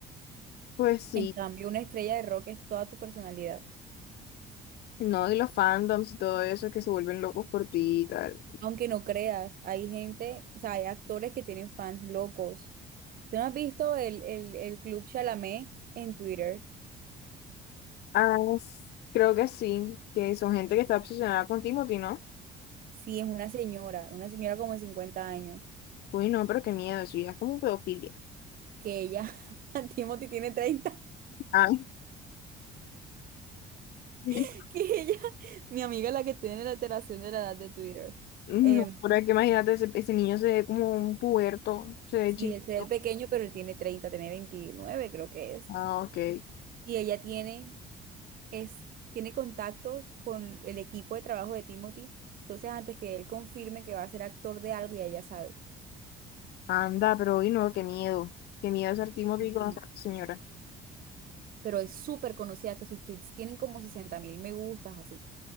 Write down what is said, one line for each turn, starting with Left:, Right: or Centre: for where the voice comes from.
Left: Pues sí,
Right: En cambio, una estrella de rock es toda tu personalidad.
Left: no, y los fandoms y todo eso que se vuelven locos por ti y tal.
Right: Aunque no creas, hay gente, o sea, hay actores que tienen fans locos. ¿Tú no has visto el, el, el Club Chalamet en Twitter?
Left: Ah, s- creo que sí, que son gente que está obsesionada con Timothy, ¿no?
Right: Sí, es una señora, una señora como de 50 años,
Left: Uy, no, pero qué miedo, eso ya es como pedofilia.
Right: que ella, <laughs> Timothy tiene 30
Left: Ah, <laughs>
Right: <laughs> que ella, mi amiga la que tiene la alteración de la edad de Twitter.
Left: no,
Right: em,
Left: por que imagínate, ese, ese niño se ve como un puberto, se ve
Right: sí,
Left: chiquito.
Right: él se ve pequeño, pero él tiene 30, tiene 29 creo que es.
Left: Ah, ok.
Right: Y ella tiene, es, tiene contactos con el equipo de trabajo de Timothy. Entonces antes que él confirme que va a ser actor de algo, ya ella sabe.
Left: Anda, pero uy, no, qué miedo. Qué miedo ser Timothy
Right: Y,
Left: y conocer a esa señora.
Right: pero es súper conocida que sus tweets tienen como sesenta mil me gustas, así.